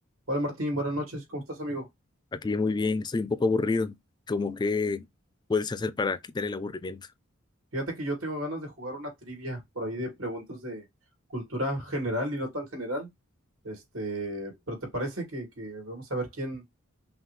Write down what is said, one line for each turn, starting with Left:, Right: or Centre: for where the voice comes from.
Right: Hola Martín, buenas noches, ¿cómo estás amigo?
Left: Aquí muy bien, estoy un poco aburrido. Como que puedes hacer para quitar el aburrimiento?
Right: Fíjate que yo tengo ganas de jugar una trivia por ahí de preguntas de cultura general y no tan general. Este, pero ¿te parece que, que vamos a ver quién,